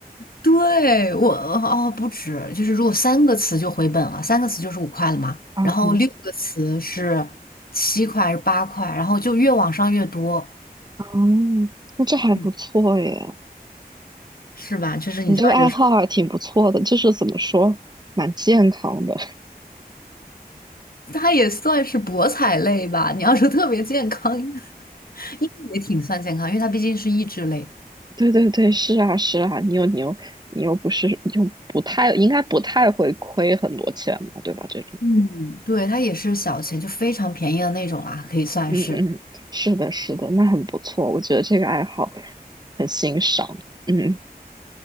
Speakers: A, on the left; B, on the right.
A: 对，我哦不止，就是如果三个词就回本了，三个词就是五块了嘛，
B: 啊嗯
A: 然后六个词是七块还是八块，然后就越往上越多，
B: 嗯，那这还不错耶，
A: 嗯，是吧？就是你知道有时候
B: 你这个爱好还挺不错的，就是怎么说，蛮健康的。
A: 它也算是博彩类吧，你要说特别健康，<laughs> 应该也挺算健康，因为它毕竟是益智类。
B: <laughs> 对对对，是啊是啊，你又你又你又不是又不太应该不太会亏很多钱嘛，对吧？这种，
A: 嗯，对，它也是小钱，就非常便宜的那种啦，可以算是。
B: 嗯嗯，是的是的，那很不错，我觉得这个爱好很欣赏，嗯。